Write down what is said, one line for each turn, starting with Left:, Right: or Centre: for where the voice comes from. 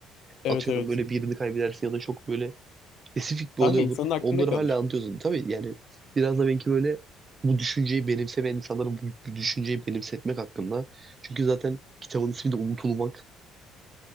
Left: evet
Right: Atıyorum
Left: evet.
Right: böyle birini kaybedersin ya da çok böyle spesifik bir
Left: Kanka
Right: olay olur.
Left: insanın aklında
Right: Onları
Left: kalır.
Right: hala anlatıyorsun. Tabii yani biraz da belki böyle bu düşünceyi benimsemeyen insanlara bu, bu düşünceyi benimsetmek hakkında. Çünkü zaten kitabın ismi de unutulmak.